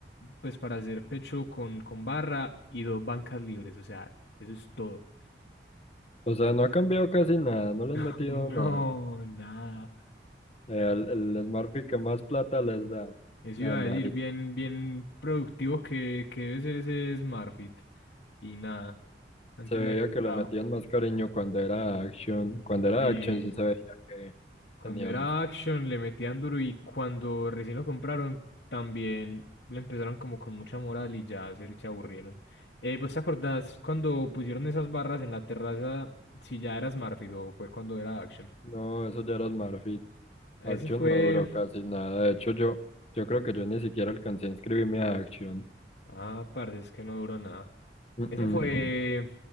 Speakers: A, on the left (about 65°); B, on the left (about 35°).
A: pues para hacer pecho con, con barra y dos bancas libres, o sea, eso es todo.
B: O sea, no ha cambiado casi nada, no le
A: <laughs>
B: han metido
A: No,
B: nada.
A: nada.
B: Eh, El, el Smurfy que más plata les da.
A: Eso
B: Ah,
A: iba
B: Mari.
A: a decir, bien, bien productivo que, que debe ser ese Smart Fit. Y nada, antes
B: Se veía
A: le han quitado.
B: que le metían más cariño cuando era Action. Cuando era
A: Sí.
B: Action sí se veía que
A: Cuando
B: tenía
A: era
B: sus...
A: Action le metían duro y cuando recién lo compraron también le empezaron como con mucha moral y ya se, se aburrieron. Eh, ¿vos te acordás cuando pusieron esas barras en la terraza si ya era Smartfit o fue cuando era Action?
B: No, eso ya era Smurfy.
A: Ese
B: Action
A: fue...
B: no duró casi nada. De hecho, yo, yo creo que yo ni siquiera alcancé a inscribirme a Action.
A: Ah, parce, es que no duró nada.
B: Mm-mm.
A: Ese fue...